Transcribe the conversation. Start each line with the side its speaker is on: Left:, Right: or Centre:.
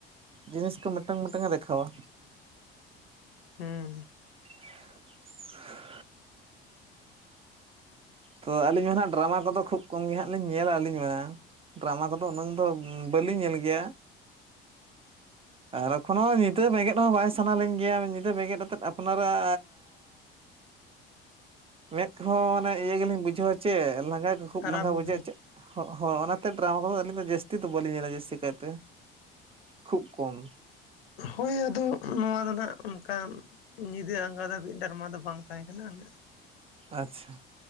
Right: ᱡᱤᱱᱤᱥ ᱠᱚ ᱢᱤᱫᱴᱟᱝ ᱢᱤᱫᱴᱟᱝ ᱮ ᱫᱮᱠᱷᱟᱣᱟ
Left: ᱦᱮᱸ
Right: <inaudible> ᱛᱚ ᱟᱹᱞᱤᱧ ᱢᱟ ᱦᱟᱸᱜ ᱰᱨᱟᱢᱟ ᱠᱚᱫᱚ ᱠᱷᱩᱵ ᱠᱚᱢ ᱜᱮ ᱦᱟᱸᱜ ᱞᱤᱧ ᱧᱮᱞᱟ ᱟᱹᱞᱤᱧ ᱢᱟ ᱰᱨᱟᱢᱟ ᱠᱚᱫᱚ ᱩᱱᱟᱹᱝ ᱫᱚ ᱵᱟᱹᱞᱤᱧ ᱧᱮᱞ ᱜᱮᱭᱟ ᱟᱨ ᱮᱠᱷᱚᱱᱳ ᱧᱤᱫᱟᱹ ᱵᱮᱸᱜᱮᱫ ᱦᱚᱸ ᱵᱟᱭ ᱥᱟᱱᱟ ᱞᱤᱧ ᱜᱮᱭᱟ ᱧᱤᱫᱟᱹ ᱵᱮᱸᱜᱮᱫ ᱟᱛᱮᱫ ᱟᱯᱱᱟᱨᱟᱜ ᱢᱮᱫ ᱠᱚᱦᱚᱸ ᱢᱟᱱᱮ ᱤᱭᱟᱹ ᱜᱮᱞᱤᱧ ᱵᱩᱡᱷᱟᱹᱣᱟ ᱪᱮ ᱞᱟᱸᱜᱟ ᱠᱚ ᱠᱷᱩᱜ
Left: ᱠᱷᱟᱨᱟᱯ
Right: ᱞᱟᱸᱜᱟ
Left: ᱜᱮ
Right: ᱵᱩᱡᱷᱟᱹᱜ ᱪᱮ ᱦᱳᱭ ᱚᱱᱟᱛᱮ ᱰᱨᱟᱢᱟ ᱠᱚᱫᱚ ᱟᱹᱞᱤᱧ ᱫᱚ ᱡᱟᱹᱥᱛᱤ ᱫᱚ ᱵᱟᱹᱞᱤᱧ ᱧᱮᱞᱟ ᱡᱟᱹᱥᱛᱤ ᱠᱟᱭᱛᱮ ᱠᱷᱩᱵ ᱠᱚᱢ
Left: ᱦᱳᱭ ᱟᱫᱚ ᱱᱚᱣᱟ ᱫᱚ ᱱᱟᱜ ᱚᱱᱠᱟᱟᱱ ᱧᱤᱫᱟᱹ ᱟᱸᱜᱟ ᱫᱷᱟᱹᱵᱤᱡ ᱰᱟᱨᱢᱟ ᱫᱚ ᱵᱟᱝ ᱛᱟᱦᱮᱸ ᱠᱟᱱᱟ ᱩᱱᱟᱹᱜ
Right: ᱟᱪᱪᱷᱟ